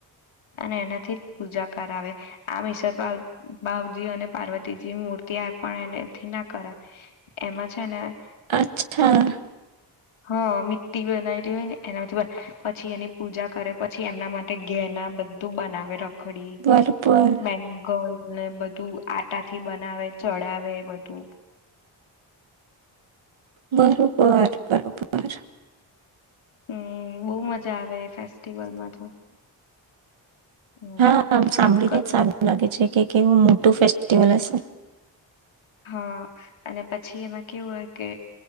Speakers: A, on the left; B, on the right.
A: અને એનાથી જ પૂજા કરાવે આમ ઈશ્વર પાર્વતી ભાવજી અને પાર્વતીજી મૂર્તિ પણ એનાથી ના કરાય. એ છે ના
B: અચ્છા.
A: હા મીટી બનાયલી હોય ને એનામાંથી પછી એની પૂજા કરે પછી એમના માટે ઘેના બધું બનાવે રખ. ખડી
B: બરોબર,
A: બેગલ. ને બધું આટા થી બનાવે ચડાવે બધું.
B: બરોબર બરોબર.
A: હમ બહુ મજા આવે એ ફ. ફેસ્ટલ મા તો હમ
B: હામ સાંભળીને
A: અમે કરું
B: જ સારું લાગે છે કેવું મોટું ફ. કેટવાલ છે.
A: હા અને પછી એમાં કેવું હોય કે